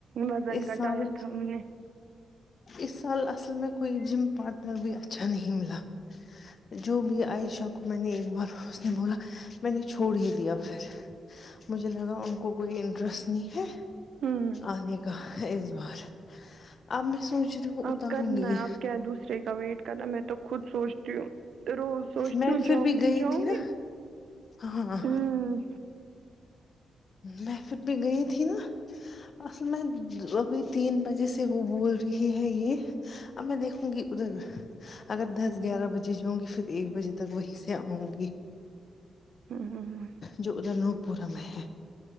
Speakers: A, on the right (about 70°); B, on the left (about 45°).
A: وزن
B: اس
A: گٹایا
B: سال
A: تھا ہم نے
B: اس سال اصل میں کوئی جم پارٹنر بھی اچھا نہیں ملا جو بھی عائشہ کو میں نے ایک بار اس نے بولا میں نے چھوڑ ہی دیا پھر مجھے لگا ان کو کوئی انٹرسٹ نہیں ہے
A: ہوں
B: آنے کا ہےاس بار اب میں سوچ رہی ہوں اتاروں
A: اب کرنا
B: گی
A: ہے اب کیا ہے دوسرے کا ویٹ کرنا میں تو خود سوچتی ہوں روز سوچتی
B: میں
A: ہوں
B: پھر
A: جاؤں
B: بھی
A: گی
B: گئی
A: جاؤں
B: تھی نا
A: گی
B: ہاں
A: ہوں
B: میں پھر بھی گئی تھی نا اصل میں ابھی تین بجے سے وہ بول رہی ہے یہ اب میں دیکھوں گی ادھر اگر دس گیارہ بجے جاؤں گی پھر ایک بجے تک وہیں سے آؤں گی
A: ہم ہم ہم
B: جو ادھر نوک پورا میں ہے